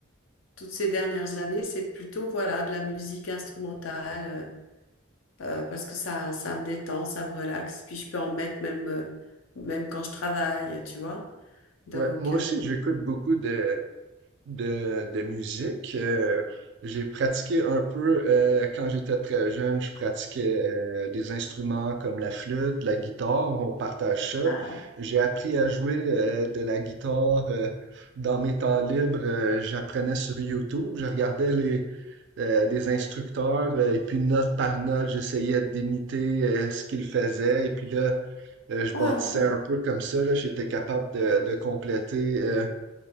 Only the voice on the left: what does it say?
toutes ces dernières années, c'est plutôt voilà de la musique instrumentale euh, euh, parce que ça, ça me détend, ça me relaxe. Puis je peux en mettre même, euh, même quand je travaille, tu vois. Donc
euh,
ah,
ouais,
ouais,